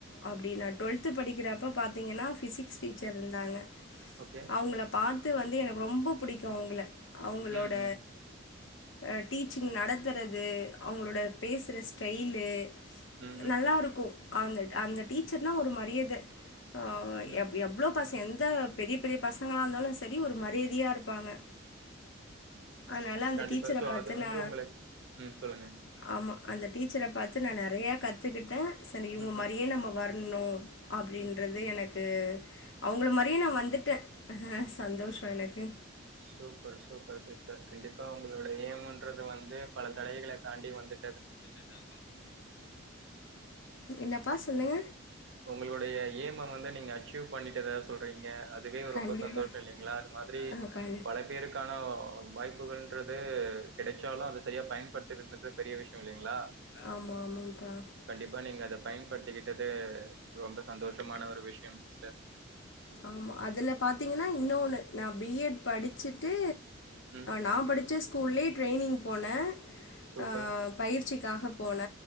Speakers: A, on the left (about 70°); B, on the right (about 65°).
A: அப்டி நா டுவெல்த் படிக்கறப்ப பாாத்தீங்கன்னா பிசிக்ஸ் டீச்சர் இருந்தாங்க
B: ஓகே.
A: அவங்கள பாத்து வந்து எனக்கு ரொம்ப புடிக்கு அவுங்கள அவங்களோட
B: ம், ம்,
A: அ டீச்சிங் நடத்தறது அவங்களோட பேசுர ஸ் டைலு
B: ம், ம்,
A: நல்லாருக்கு அந்த அந்த டீச்சர்னா ஒரு மரியத ஆ
B: ம்.
A: எவ் எவ்ளோ பச எந்த பெரிய பெரிய பசங்களா இருந்தாலு சரி ஒரு மரியதையா இருக் பாங்க அதனால அந்த
B: கண்டிப்பா.
A: டீச்சர
B: ஸோ
A: பாத்து
B: அது வந்து
A: நா
B: உங்களுக்கு ம் சொல்லுங்க.
A: ஆமா அந்த டீச்சர பாத்து நா நெறைய கத்துகிட்ட சரி இவங்க
B: ம்,
A: மாரியே
B: ம்.
A: நம்ம வர்ணு அப்டின்றது எனக்கு அவுங்கள மாறியே நா வந்துட்ட சந்தோஷோ எனக்கு
B: சூப்பர் சூப்பர் சிஸ்டர் கண்டிப்பா உங்களோட ஏய்ம்ன்றது வந்து பல தடைகள தாண்டி வந்து
A: என்னப்பா சொல்லுங்க
B: உங்களுடைய ஏய்ம வந்து நீங்க அச்சீவ் பண்ணிட்டதா சொல்றீங்க அதுவே
A: கண்டிப்பா
B: ரொம்ப சந்தோஷோ இல்லீங்ளா அது மாதிரி
A: ஆ கண்
B: பல பேருக்கான வாய்ப்புகள்ன்றது கிடைச்சாலு அத சரியா பயன்படுத்திகறதுன்றது பெரிய விஷ்யோ இல்லீங்ளா
A: ஆமா ஆமாப்பா
B: கண்டீப்பா நீங்க அத பயன்படுத்திக்கிட்டது ரொம்ப சந்தோஷமான ஒரு விஷ்யம் சிஸ்டர்
A: ஆமா அதுல பாத்தீங்கன்னா இன்னொன்னு நா பி எட் படிச்சு ட்டு
B: ம்.
A: நா படிச்ச ஸ்கூல்லே ட்ரெய்னிங் போன
B: சூப்பர்.
A: ஆ பயிற்சிக்காக போன